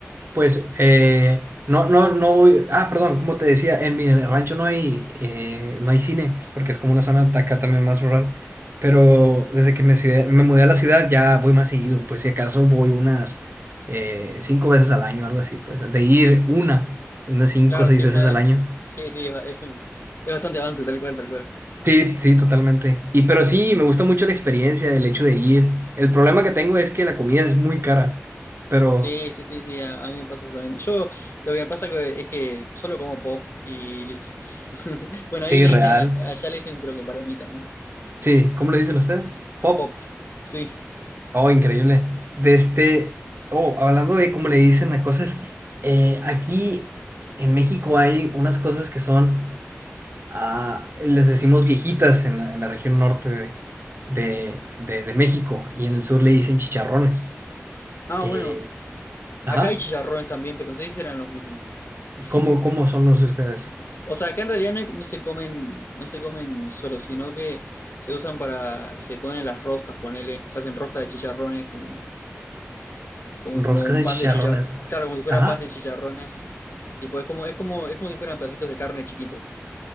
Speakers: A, on the right; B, on the left.
A: Pues eh, no, no, no voy. Ah, perdón, como te decía, en mi rancho no hay, eh, no hay cine, porque es como una zona de acá también más rural. Pero desde que me, ciudad- me mudé a la ciudad ya voy más seguido, pues si acaso voy unas eh, cinco veces al año, algo así, pues de ir una, unas cinco
B: claro,
A: o seis
B: sí,
A: veces
B: una,
A: al año.
B: sí, sí, es un, es bastante avance, tal cual, tal cual.
A: Sí, sí, totalmente. Y pero sí, me gusta mucho la experiencia, el hecho de ir. El problema que tengo es que la comida es muy cara, pero
B: Sí, sí, sí, sí, a, a mí me pasa eso también. Yo, lo que me pasa que- es que solo como pop y listo. <laughs> Bueno,
A: sí,
B: ahí le
A: real.
B: dicen, a- allá le dicen creo que palomitas, ¿no?
A: Sí, ¿cómo lo dicen ustedes? Pop.
B: Pop, sí.
A: Oh, increíble. De este, oh, hablando de cómo le dicen a cosas, eh, aquí en México hay unas cosas que son, ah, les decimos viejitas en la, en la región norte de, de, de- de México y en el sur le dicen chicharrones.
B: Ah,
A: Eh,
B: bueno,
A: ajá.
B: acá hay chicharrones también, pero no sé si eran los mismos. <laughs>
A: ¿Cómo, cómo son los de ustedes?
B: O sea, acá en realidad no, es- no se comen, no se comen solo, sino que se usan para, se ponen las roscas, ponele, se hacen roscas de chicharrones, como, como,
A: Roscas
B: como un
A: de
B: pan
A: chicharrones.
B: de chicharrones, claro, como si fuera
A: Ajá.
B: pan de chicharrones. Tipo, es como, es como, es como si fueran pedacitos de carne chiquitos.